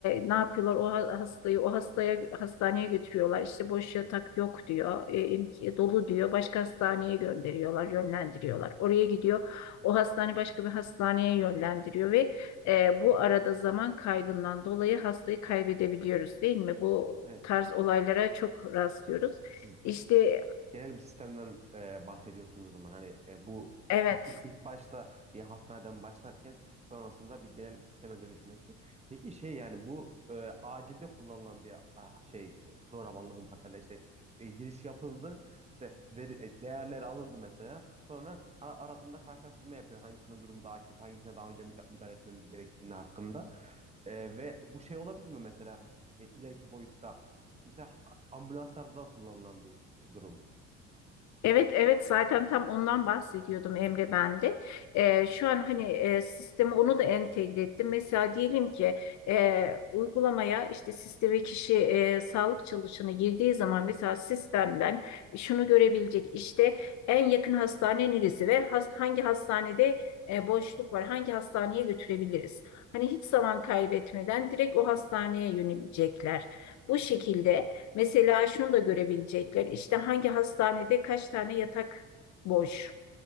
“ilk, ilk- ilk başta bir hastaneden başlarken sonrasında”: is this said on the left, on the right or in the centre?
Right